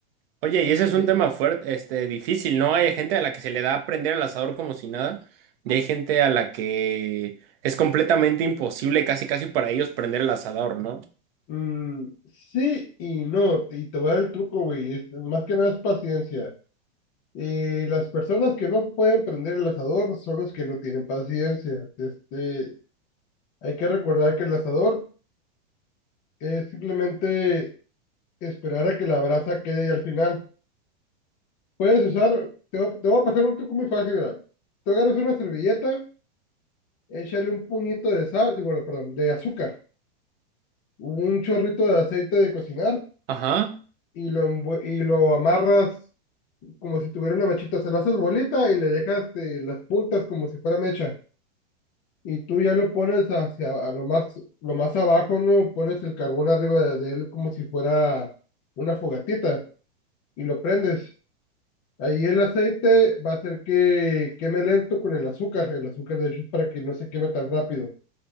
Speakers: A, on the right; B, on the left.
A: Oye, y ese es
B: eh,
A: un tema fuerte, este, difícil, ¿no? Hay gente a la que se le da a prender el asador como si nada, y hay gente a la que es completamente imposible, casi casi para ellos prender el asador, ¿no?
B: mm, sí y no, y te voy a dar el truco, güey. es- más que nada es paciencia. Eh, las personas que no pueden prender el asador son los que no tienen paciencia. Este, hay que recordar que el asador es simplemente esperar a que la brasa quede y al final puedes usar, te, va- te voy a pasar un truco muy fácil, mira. Tú agarras una servilleta, échale un puñito de sal, digo, perdón, de azúcar, un chorrito de aceite de cocinar
A: Ajá.
B: y lo, envue- y lo amarras como si tuviera una mechita, se lo haces bolita y le dejas eh, las puntas como si fuera mecha. Y tú ya lo pones hacia a lo más, lo más abajo, ¿no? Pones el carbón arriba de de él como si fuera una fogatita y lo prendes Ahí el aceite va a hacer que queme lento con el azúcar. El azúcar, de hecho, es para que no se queme tan rápido